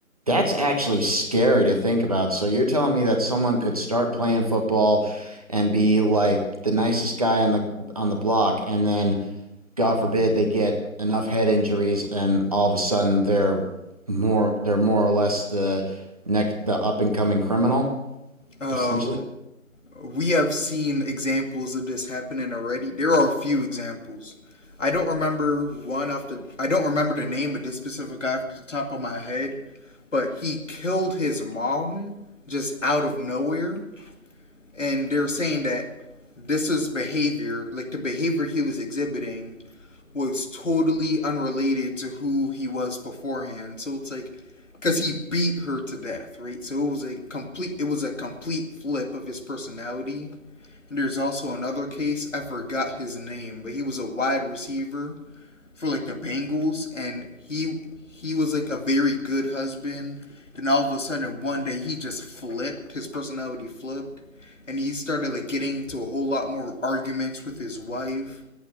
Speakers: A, on the right; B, on the left.
A: that's actually scary to think about. So you're telling me that someone could start playing football and be like the nicest guy on the on the block, and then God forbid they get enough head injuries, and all of a sudden they're more they're more or less the next the up and coming criminal,
B: Oh,
A: essentially.
B: we have seen examples of this happening already. There are a few examples. I don't remember one off the. I don't remember the name of this specific guy off the top of my head, but he killed his mom just out of nowhere, and they're saying that this is behavior, like the behavior he was exhibiting, was totally unrelated to who he was beforehand. So it's like, because he beat her to death, right? So it was a complete. It was a complete flip of his personality there's also another case, I forgot his name, but he was a wide receiver for like the Bengals and he he was like a very good husband. Then all of a sudden one day he just flipped, his personality flipped and he started like getting into a whole lot more arguments with his wife